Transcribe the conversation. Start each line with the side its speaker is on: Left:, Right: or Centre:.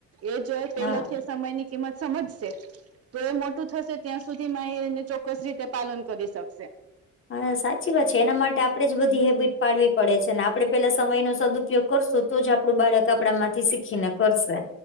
Right: એ જો પેલાથી
Left: હા
Right: સમય ની કિંમત સમજશે તો એ મોટું થશે ત્યાં સુધી મા એ એને ચોક્કસ રીતે પાલન કરી શકશે.
Left: હા સાચી વાત છે એના માટે આપડે જ બધી હેબિટ પાડવી પડે છે અને આપડે પેલા સમયનો સદઉપયોગ કરશું તો જ આપડું બાળક આપણા માંથી શીખીને કરશે.